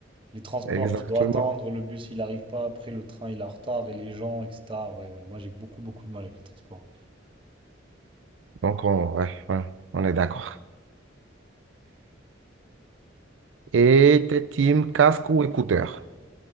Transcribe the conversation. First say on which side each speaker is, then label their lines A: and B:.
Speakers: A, on the right; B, on the right.
A: Les transports,
B: exactement.
A: tu dois attendre. Le bus, il arrive pas. Après, le train, il est en retard. Et les gens, etc. Ouais, ouais. Moi, j'ai beaucoup, beaucoup de mal avec les transports.
B: Donc, on, ouais, ouais, on est d'accord. Et t'es team casque ou écouteur?